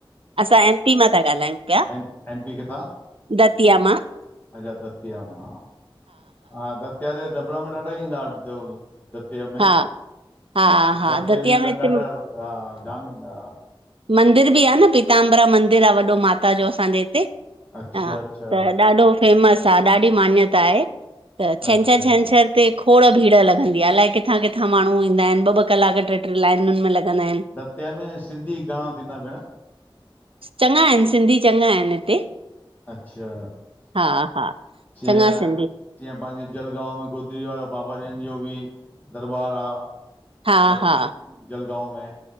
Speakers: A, on the right; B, on the left.
A: असां एम पी मां ता ॻालायूं पिया।
B: एम एम पी किथां?
A: दतिीअ मां
B: अच्छा दतिया मां हा दतिया ते दबणा में ॾाढा ईंदा आहिन दबणू सतीअ में
A: हा हा हा
B: वरसी
A: दतिया
B: में त
A: हिते
B: ॾाढा हा जाम ईंदा हा
A: मंदिर बि आह न पीताम्बरा मंदिर आ वॾो माता जो असांजे हिते
B: अच्छा
A: हा
B: अच्छा
A: त ॾाढो फेमस आहे ॾाढी मान्यता आहे त छंछरु
B: अच्छा
A: छंछरु ते खोड़ भीड़ लॻंदी आहे अलाए किथां किथां माण्हू ईंदा आहिनि ॿ ॿ कलाक ट्रे ट्रे लाइनुनि में लॻंदा आहिनि
B: तंहिंमें सिंधी घणा थींदा भेण?
A: चङा आहिनि सिंधी चङा आहिनि हिते
B: अच्छा
A: हा हा
B: च
A: चङा सिंधी
B: जीअं पंहिंजे जलगांव में गोदरी वारा बाबा जन जो बि दरबार आह।
A: हा
B: द्त
A: हा
B: जलगांव में